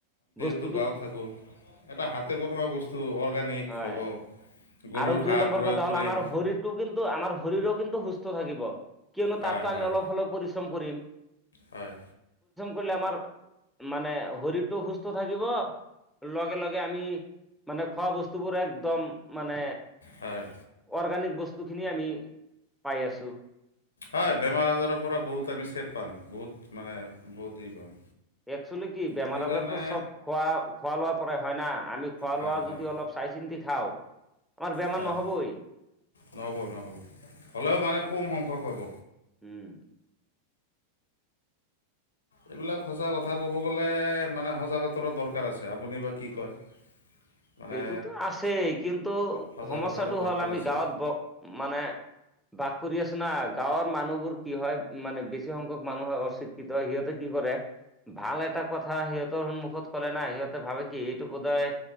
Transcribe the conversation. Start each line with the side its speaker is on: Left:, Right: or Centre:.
Centre: বস্তু
Left: টো গাঁও থাকোঁ এটা হাতে বনোৱা বস্তু অৰ্গেনিক
Centre: হয়
Left: হ'ব। গৰুৰ
Centre: আৰু দুই
Left: সাৰ
Centre: নম্বৰ
Left: প্ৰয়োগ
Centre: কথা হল
Left: কৰিম
Centre: আমাৰ শৰীৰটো কিন্তু আমাৰ শৰীৰো কিন্তু সুস্থ থাকিব। কিয়নো
Left: হয়
Centre: তাতো
Left: হয়
Centre: আমি অলপ হলপ পৰিশ্ৰম কৰিম
Left: হয়
Centre: কৰিলে আমাৰ মানে শৰীৰটো সুস্থ থাকিব লগে-লগে আমি মানে খোৱা বস্তু বোৰ একদম মানে
Left: হয়
Centre: অৰ্গানিক বস্তু বস্তুখিনি আমি পাই আছোঁ।
Left: হয় বেমাৰ আজাৰৰ পৰা বহুত আমি চেপটি পাম বহুত মানে বহুত। টি পাম,
Centre: একচুলি কি বেমাৰ
Left: সেইকাৰণে
Centre: আজাৰতো চব খোৱা-খোৱা লোৱাৰ পৰাই হয় ন আমি খোৱা
Left: হয়
Centre: লোৱা
Left: হয়
Centre: যদি অলপ চাই চিন্তি খাওঁ। আমাৰ বেমাৰ
Left: হয়
Centre: নহ'বই
Left: নহ'ব-নহ'ব হ'লেও মানে কম সংখ্যক হ'ব।
Centre: উম
Left: এইবিলাক সঁচা কথা ক'ব গ'লে মানে সঁজাগত দৰকাৰ আছে আপুনি বা কি কয়? মানে
Centre: সেইটোতো আছেয়ে কিন্তু
Left: সজাগতাৰো
Centre: সমস্যাটো
Left: দৰকাৰ
Centre: হ'ল আমি
Left: আছে
Centre: গাঁৱত ব মানে বাস কৰি আছ না গাঁৱৰ মানুহবোৰ কি হয় মানে বেছি সংখ্যক মানুহ হয় অশিক্ষিত হয় সিহঁতে কি কৰে ভাল এটা কথা সিহঁতৰ সন্মুখত কলে না সিহঁতে ভাবে কি এইটো পদায়